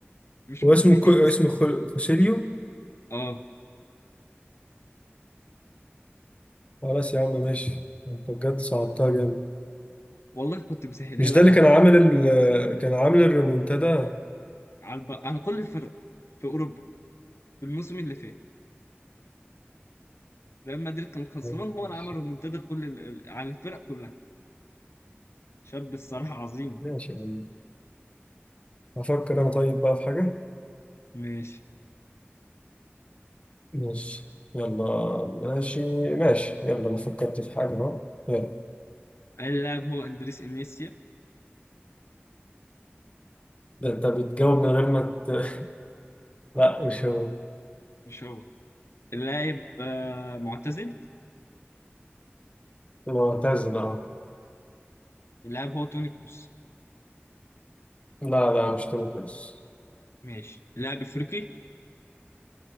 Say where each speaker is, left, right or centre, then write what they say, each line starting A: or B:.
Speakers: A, on the left; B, on the left.
A: مش
B: واسم
A: مدريدي
B: كو... اسم
A: اصلا
B: خل... كوسيليو
A: اه
B: خلاص يا عم ماشي انت بجد صعبتها جامد
A: والله كنت مسهلها
B: مش
A: لك
B: ده اللي
A: على
B: كان
A: الاخر
B: عامل ال... كان عامل الريمونتادا
A: على, الب... على كل الفرق في اوروبا في الموسم اللي فات ريال مدريد كان خسران
B: طيب
A: هو
B: ماشي
A: اللي عمل ريمونتادا كل ال... ال- على الفرق كلها شاب الصراحه عظيم
B: ماشي يا عم أفكر أنا طيب بقى في حاجة
A: ماشي
B: ماشي يلا ماشي ماشي يلا أنا فكرت في حاجة أهو يلا
A: اللاعب هو اندريس انيسيا
B: ده أنت بتجاوب من غير ما ت... <laughs> لا مش هو
A: مش هو اللاعب آه، معتزل
B: معتزل أه
A: اللاعب هو توني كروس
B: لا لا مش تونس
A: ماشي اللاعب افريقي